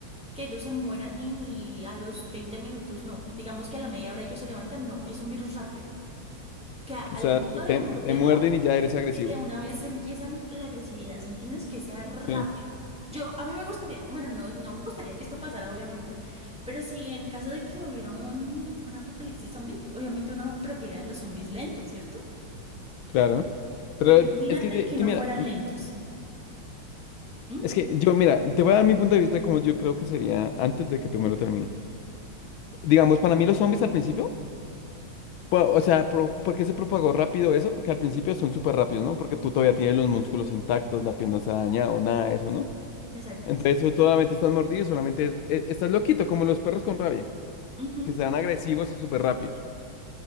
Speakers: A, in the centre; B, on the left.
A: que ellos se mueran y a los 20 minutos no. Digamos que a la media hora ellos se levantan, no, es un virus rápido. Que a- al
B: O sea,
A: momento
B: te,
A: de
B: te-
A: morderlo,
B: te muerden y ya eres agresivo.
A: y de una vez empiezan la agresividad, ¿sí entiendes? Que sea rápido.
B: Sí,
A: Yo, a mí me gustaría, bueno, no, no me gustaría que esto pasara, obviamente, pero si en caso de que hubiera un, un apocalipsis zombie, obviamente uno prefiere a los zombies lentos, ¿cierto?
B: claro. Pero
A: Pero imagínate
B: es que, te-
A: que
B: te-
A: no
B: mira,
A: fueran
B: mm,
A: lentos. ¿m?
B: es que yo, mira, te voy a dar mi punto de vista como yo creo que sería antes de que tú me lo termines. Digamos, para mí los zombies al principio, po- o sea, pro- ¿por qué se propagó rápido eso? Que al principio son súper rápidos, ¿no? Porque tú todavía tienes los músculos intactos, la piel no se ha dañado, nada de eso, ¿no?
A: Exacto,
B: Entonces,
A: sí.
B: tú solamente estás mordido, solamente es- e- estás loquito, como los perros con rabia,
A: Ujú,
B: que se dan agresivos y súper rápidos.